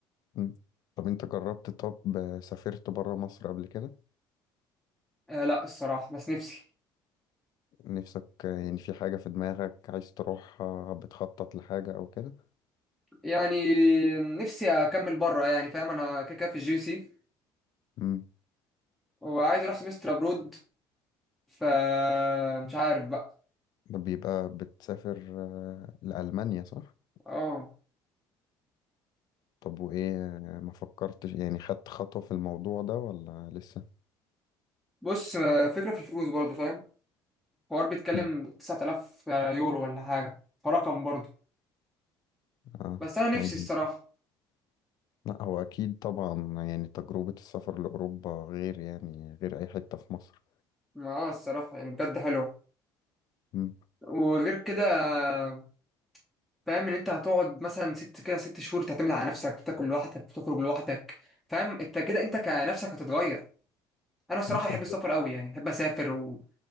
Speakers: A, on the left; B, in the centre.
A: مم. طب انت جربت طب آه، سافرت برا مصر قبل كده؟
B: آه لا الصراحة بس نفسي
A: نفسك يعني في حاجة في دماغك عايز تروح آه، بتخطط لحاجة أو كده
B: يعني نفسي أكمل بره يعني فاهم أنا كده كده في الجي سي
A: امم
B: وعايز أروح سمستر أبرود ف مش عارف بقى
A: بيبقى بتسافر آه، لألمانيا صح؟
B: اه
A: طب وإيه آه، ما فكرتش يعني خدت خطوة في الموضوع ده ولا لسه؟
B: بص آه، فكرة في الفلوس برضو فاهم الحوار بيتكلم
A: مم.
B: 9000 يورو ولا حاجة فرقم برضو
A: آه
B: بس أنا نفسي
A: يعني
B: الصراحة
A: لا هو أكيد طبعا يعني تجربة السفر لأوروبا غير يعني غير أي حتة في مصر
B: ما اه الصراحة يعني بجد حلوة
A: مم.
B: وغير كده آه، فاهم إن أنت هتقعد مثلا ست كده ست شهور تعتمد على نفسك تاكل لوحدك تخرج لوحدك فاهم أنت كده أنت كنفسك هتتغير انا الصراحه
A: ماشي
B: بحب السفر قوي يعني بحب اسافر و...